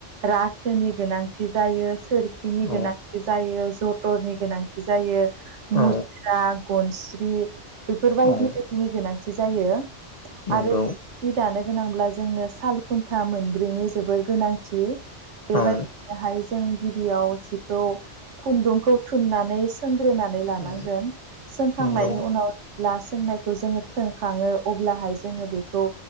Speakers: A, on the right; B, on the left.
A: रा सोनि गोनांथि जायो सोरखिनि
B: औ
A: गोनांथि जायो ज टरनि गोनांथि जायो मुस्रा
B: औ
A: गनस्रि बेफोरबायायदि
B: औ
A: बायदिनि गोनांथि जायो
B: नंगौ
A: आरो। हि दानो गोनांब्ला जोंनो साल खुन्था मोनब्रैनि जोबोर गोनांथि। बेबायदिहाय
B: औ
A: जों गिबियाव जिखौ खुन्दुंखौ थुननानै सोंग्रोनानै लानांगोन।
B: औ
A: सोंखांनायनि
B: नंगौ
A: उनाव ला सोंनायखौ जोङो थोनखाङो अब्लाहाय जोङो बेखौ